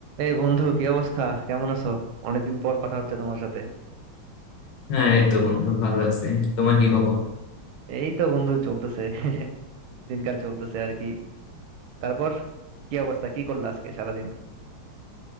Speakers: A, on the right; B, on the left.
A: এই বন্ধু কি অবস্থা কেমন আছো অনেকদিন পর কথা হচ্ছে তোমার সাথে
B: হ্যাঁ এই তো বন্ধু ভালো আছি তোমার কি খবর
A: এই তো বন্ধু চলতেছে <laughs> দিনকাল চলতেছে আর কি তারপর কি অবস্থা কি করলে আজকে সারাদিন